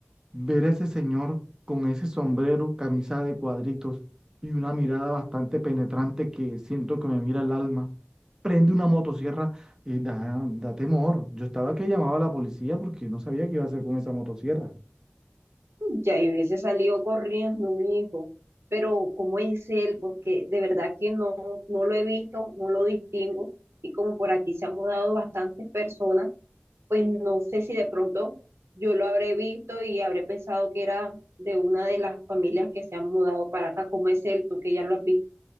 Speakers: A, on the right; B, on the right.
A: Ver a ese señor con ese sombrero, camisa de cuadritos y una mirada bastante penetrante que siento que me mira el alma, prende una motosierra y da, da temor. Yo estaba que llamaba a la policía porque no sabía qué iba a hacer con esa motosierra.
B: Ya yo hubiese salido corriendo, mi hijo. Pero ¿cómo es él? Porque de verdad que no, no lo he visto, no lo distingo. Y como por aquí se han mudado bastantes personas, pues no sé si de pronto yo lo habré visto y habré pensado que era de una de las familias que se han mudado para acá. ¿Cómo es él? Tú que ya lo has visto.